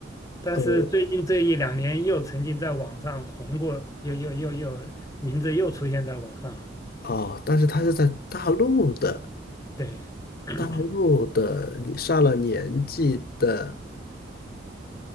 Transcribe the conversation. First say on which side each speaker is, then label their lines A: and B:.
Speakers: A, on the left; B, on the left.
A: 但是最近这一两年又曾经在网上红过，
B: 呃，
A: 又又又又名字又出现在网上了。
B: 哦，但是他是在大陆的，
A: 对，<coughs>
B: 大陆的，你上了年纪的，